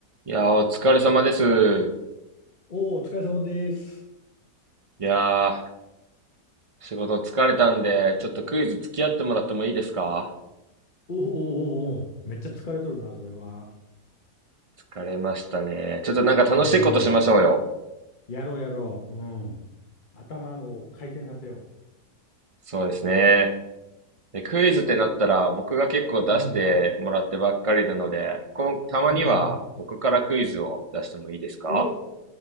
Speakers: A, on the right (about 60°); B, on the left (about 35°).
A: いやー、お疲れ様です。
B: おお、お疲れ様です。
A: いやー、仕事疲れたんで、ちょっとクイズ付き合ってもらってもいいですか
B: おーおー、おお、おーめっちゃ疲れとるな、それは。
A: 疲れましたね。ちょっとなんか楽しいことしましょうよ。
B: うん。やろう、やろう。うん。頭を回転させよ
A: そうですね。で、クイズってなったら、僕が結構出してもらってばっかりなので、
B: う。うん。
A: こん、たまには僕からクイズを出してもいいですか
B: うん、うん。お、